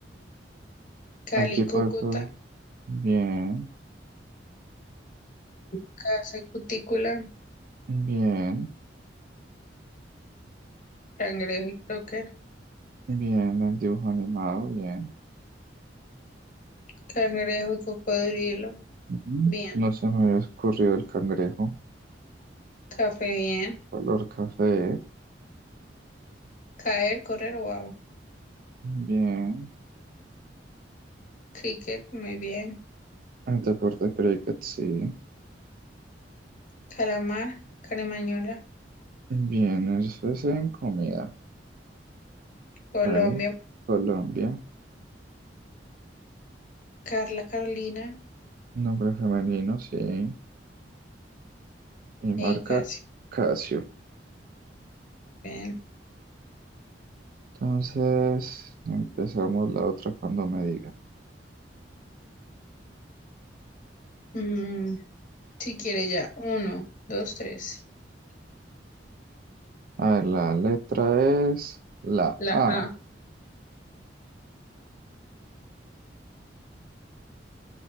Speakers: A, on the left; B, on the right.
A: Cali,
B: Equipo
A: Cúcuta,
B: de bien,
A: Casa y Cutícula,
B: bien,
A: Cangrejo y Croqueta.
B: bien. El dibujo animado, bien.
A: Cangrejo y cocodrilo.
B: Ujú.
A: Bien.
B: No se me había ocurrido el cangrejo.
A: Café, bien.
B: Color café,
A: Caer, correr, wow.
B: bien.
A: Cricket, muy bien.
B: El deporte cricket, sí.
A: Calamar, caremañola.
B: Bien, eso es en comida.
A: Colombia,
B: Ahí, Colombia.
A: Carla, Carolina.
B: Nombre femenino, sí. y marca
A: Y casi.
B: Casio.
A: Bien.
B: Entonces, empezamos la otra cuando me diga.
A: Mm, si quiere ya. Uno, dos, tres.
B: A ver, la letra es la
A: La
B: A.
A: A.